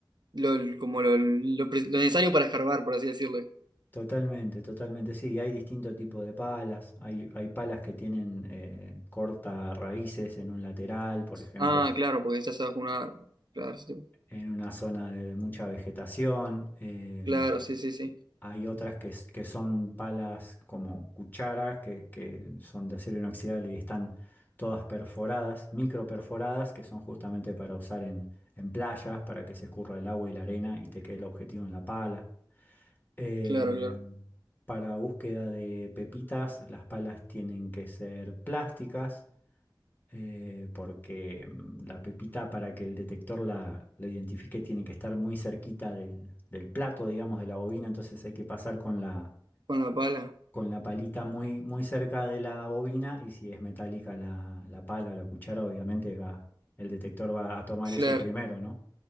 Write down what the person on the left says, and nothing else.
Totalmente, totalmente, sí, hay distinto tipo de palas, hay, hay palas que tienen eh, corta raíces en un lateral, por ejemplo,
s-
en una zona de mucha vegetación, em,
hay otras que, s- que son palas como cucharas, que, que son de acero inoxidable y están todas perforadas, micro perforadas, que son justamente para usar en, en playas, para que se escurra el agua y la arena y te quede el objetivo en la pala. Eh,
para búsqueda de pepitas, las palas tienen que ser plásticas, eh, porque mm, la pepita para que el detector la, la identifique tiene que estar muy cerquita del, del plato, digamos, de la bobina, entonces hay que pasar con la,
con la palita muy, muy cerca de la bobina y si es metálica la, la pala o la cuchara, obviamente va, el detector va a tomar
eso primero, ¿no?